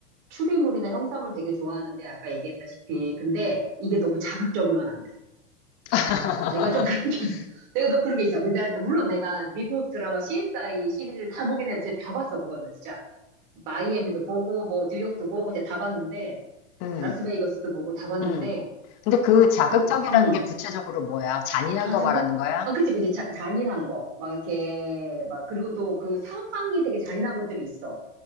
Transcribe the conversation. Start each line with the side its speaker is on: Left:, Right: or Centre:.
Right: 추리물이나 형사물 되게 좋아하는데 아까 얘기했다시피 근데 이게 너무 자극적이면 안 돼.
Left: <laughs>
Right: 내가 좀 <laughs> 그런 게 있어. <laughs> 내가 너 그런 게 있어. 근데 물론 내가 미국 드라마 CSI 시리즈를 다 보긴 했는데 다 봤어 그거는 진짜 마이애미도 보고 뭐 뉴욕도 보고 이제 다 봤는데
Left: 음,
Right: 라스베이거스도 보고 다 봤는데
Left: 음. 근데 그 자극적이라는
Right: 그 음
Left: 게 구체적으로 뭐야? 잔인한
Right: 아
Left: 거
Right: 자극
Left: 말하는 거야?
Right: 아 그치 그치 자, 잔인한 거 막 이렇게 막 그리고 또 그 상황이 되게 잔인한 것들이 있어.